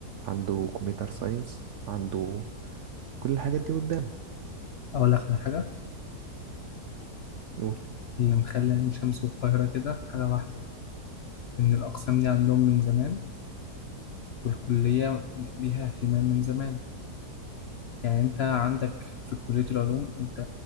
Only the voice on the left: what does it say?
اقول لك على حاجه
اللي مخلي عين شمس والقاهرة كده حاجة واحدة إن الأقسام دي عندهم من زمان والكلية ليها اهتمام من زمان يعني أنت عندك في كلية العلوم أنت